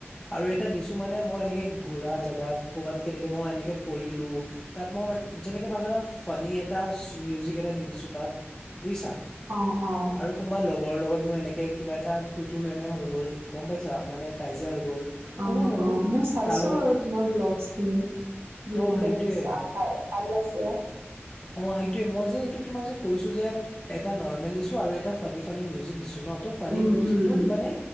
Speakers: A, on the left; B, on the right.
A: আৰু এটা দিছো মানে মই এনেকে ঘুৰা জাগাত কৰ'বাত কেনেকে মই এনেকে পৰিলো তাত মই যেনেকে ভাবা ফানী এটা মিউজিক এটা দি দিছো তাত বুজিছা।
B: অ অ।
A: আৰু কোনোবা লগৰ লগত মোৰ এনেকে কিবা এটা টুটু মেমে এ হৈ গ'ল গম পাইছা মানে কাজিয়া হৈ গ'ল
B: অ
A: সৰু মৰু
B: অ মই চাইছো
A: তাৰ লগত
B: বাৰু তোমাৰ ব্লগছ খিনি যোনকেইটা
A: অ সেইটোয়ে
B: দিছা ফাৰ্ষ্ট ভাল লাগিছে।
A: অ সেইটোয়ে মই যে এইটো তোমাৰ যে কৈছো যে এটা নৰ্মেল দিছোঁ আৰু এটা ফানী ফানী মিউজিক দিছো ন ত ফানী
B: উম
A: মিউজিকটোত
B: উম
A: মানে